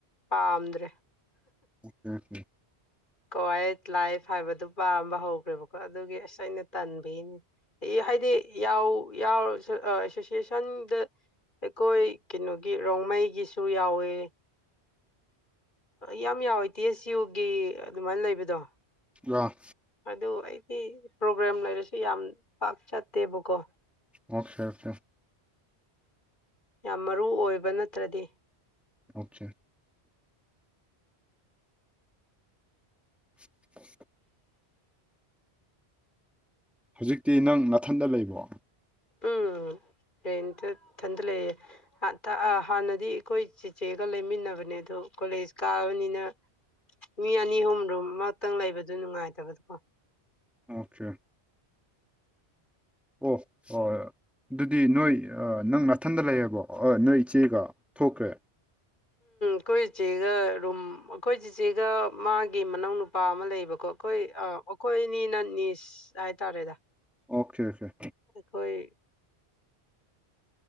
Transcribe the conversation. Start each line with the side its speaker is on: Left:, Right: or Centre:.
Left: ꯄꯥꯝꯗ꯭ꯔꯦ
Centre: ꯑꯣꯀꯦ ꯀꯦ
Left: ꯀꯋꯥꯏ ꯂꯥꯏꯐ ꯍꯥꯏꯕꯗꯨ ꯄꯥꯝꯕ ꯍꯧꯈ꯭ꯔꯦꯕꯀꯣ ꯑꯗꯨꯒꯤ ꯑꯁ ꯑꯩꯅ ꯇꯟꯕꯒꯤꯅꯤ ꯍꯥꯏꯗꯤ ꯌꯥꯎ ꯌꯥꯎꯔꯁꯨ ꯑ ꯑꯦꯁꯣꯁꯤꯌꯦꯁꯟꯗ ꯑꯩꯈꯣꯏ ꯀꯩꯅꯣꯒꯤ ꯔꯣꯡꯃꯩꯒꯤꯁꯨ ꯌꯥꯎꯋꯦ ꯌꯥꯝ ꯌꯥꯎꯋꯦ ꯇꯦ ꯑꯦꯁ ꯌꯨꯒꯤ ꯑꯗꯨꯃꯥꯏꯟ ꯂꯩꯕꯗꯣ
Centre: ꯌꯥ
Left: ꯑꯗꯨ ꯑꯩꯗꯤ ꯄ꯭ꯔꯣꯕ꯭ꯂꯦꯝ ꯂꯩꯔꯁꯨ ꯌꯥꯝ ꯄꯥꯛ ꯆꯠꯇꯦꯕꯀꯣ
Centre: ꯑꯣꯀꯦ ꯑꯣꯀꯦ
Left: ꯌꯥꯝ ꯃꯔꯨ ꯑꯣꯏꯕ ꯅꯠꯇ꯭ꯔꯗꯤ
Centre: ꯑꯣꯀꯦ <inaudible> ꯍꯧꯖꯤꯛꯇꯤ ꯅꯪ ꯅꯥꯊꯟꯗ ꯂꯩꯕꯣ
Left: ꯎꯝ ꯔꯦꯟꯇ ꯏꯊꯟꯇ ꯂꯩꯌꯦ ꯍꯥꯟꯊ ꯑ ꯍꯥꯟꯅꯗꯤ ꯑꯩꯈꯣꯏ ꯆꯤꯆꯦꯒ ꯂꯩꯃꯤꯟꯅꯕꯅꯦ ꯑꯗꯨ ꯀꯣꯂꯦꯖ ꯀꯥꯕꯅꯤꯅ ꯃꯤ ꯑꯅꯤ ꯑꯍꯨꯝ ꯔꯨꯝ ꯑꯃꯛꯇꯪ ꯂꯩꯕꯗꯨ ꯅꯨꯡꯉꯥꯏꯇꯕꯗꯣ
Centre: ꯑꯣꯀꯦ ꯑꯣ ꯍꯣꯏꯔ ꯑꯗꯨꯗꯤ ꯅꯣꯏ ꯑ ꯅꯪ ꯅꯥꯊꯟꯗ ꯂꯩꯌꯦꯕꯣ ꯑ ꯅꯣꯏ ꯏꯆꯦꯒ ꯊꯣꯛꯈ꯭ꯔꯦ
Left: ꯑꯈꯣꯏ ꯏꯆꯦꯒ ꯔꯨꯝ ꯑꯈꯣꯏ ꯆꯤꯆꯦꯒ ꯃꯥꯒꯤ ꯃꯅꯥꯎ ꯅꯨꯄꯥ ꯑꯃ ꯂꯩꯌꯦꯕꯀꯣ ꯑꯈꯣꯏ ꯑ ꯑꯈꯣꯏ ꯑꯅꯤꯅ ꯅꯤꯁ ꯍꯥꯏꯇꯥꯔꯦꯗ
Centre: ꯑꯣꯀꯦ ꯑꯣꯀꯦ
Left: ꯑꯈꯣꯏ